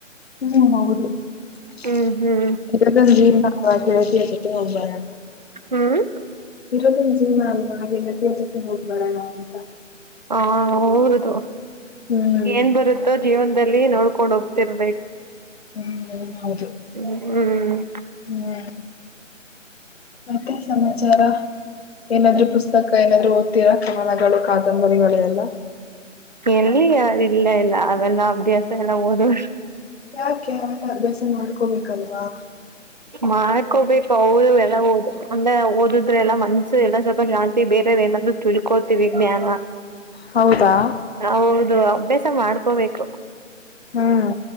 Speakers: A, on the left; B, on the right.
A: ಹ್ಮ್ ಹೌದು <unintelligible>
B: ಹ್ಮ್ ಹ್ಮ್
A: <unintelligible> ಹೋಗ್ ಬರಣ
B: ಹ್ಮ್
A: ಇರೋದೊಂದ್ ಜೀವ್ನ ಅಲ್ವ ಗೆಳತಿಯರ್ ಜೊತೆ ಹೋಗ್ಬರಣ ಅಂತ
B: ಹಾ ಹೌದು
A: ಹ್ಮ್
B: ಏನ್ ಬರುತ್ತೋ ಜೀವನದಲ್ಲಿ ನೋಡ್ಕೊಂಡ್ ಹೋಗ್ತಿರ್ದ
A: ಹ್ಮ್ ಹೌದು
B: ಹ್ಮ್ ಹ್ಮ್
A: ಹ್ಮ್ ಮತ್ತೆ ಸಮಾಚಾರ ಏನಾದ್ರು ಪುಸ್ತಕ ಏನಾದ್ರು ಓದ್ತೀರಾ ಕವನಗಳು ಕಾದಂಬರಿಗಳು ಎಲ್ಲ
B: ಎಲ್ಲಿ ಇಲ್ಲ ಇಲ್ಲ ಅವೆಲ್ಲ ಅಭ್ಯಾಸ ಎಲ್ಲ ಓದೋದು
A: ಯಾಕೆ ಅವೆಲ್ಲ ಅಭ್ಯಾಸ ಮಾಡ್ಕೋಬೇಕಲ್ವಾ
B: ಮಾಡ್ಕೋಬೇಕು ಹೌದು ಎಲ್ಲ ದ ಅಂದ್ರೆ ಓದಿದ್ರೆಲ್ಲಾ ಮನ್ಸು ಎಲ್ಲ ಸ್ವಲ್ಪ ಶಾಂತಿ ಬೇರೆದ್ ಏನಾದ್ರು ತಿಳ್ಕೋತೀವಿ ಜ್ಞಾನ,
A: ಹೌದಾ
B: ಹೌದು ಅಭ್ಯಾಸ ಮಾಡ್ಕೋಬೇಕು
A: ಹ್ಮ್